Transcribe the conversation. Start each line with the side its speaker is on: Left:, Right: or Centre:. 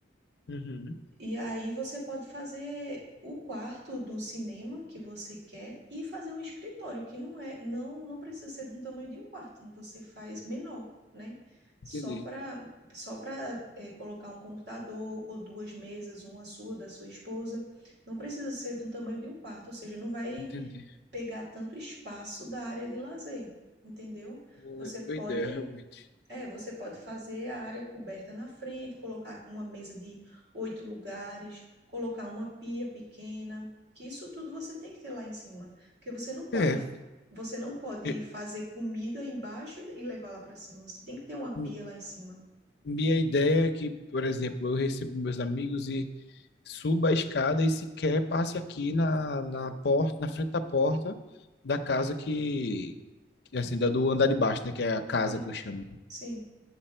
Left: Uhum.
Right: E aí você pode fazer o quarto do cinema que você quer e fazer um escritório, que não é, não, não precisa ser do tamanho de um quarto, você faz menor, né? Só
Left: Entendi,
Right: para só para colocar um computador ou duas mesas, uma sua, da sua esposa. Não precisa ser do tamanho de um quarto, ou seja, não vai
Left: entendi.
Right: pegar tanto espaço da área de lazer, entendeu?
Left: Boa
Right: Você pode
Left: boa ideia, realmente.
Right: é, você pode fazer a área coberta na frente, colocar uma mesa de oito lugares, colocar uma pia pequena, que isso tudo você tem que ter lá em cima, porque você não pode,
Left: É,
Right: você não pode
Left: e-
Right: fazer comida embaixo e levar lá para cima. Você tem que ter uma pia
Left: m-
Right: lá em cima.
Left: minha ideia é que, por exemplo, eu recebo meus amigos e suba a escada e sequer passe aqui na, na porta, na frente da porta da casa que, assim, da do andar de baixo, né, que é a casa
Right: Sim,
Left: que eu chamo.
Right: sim,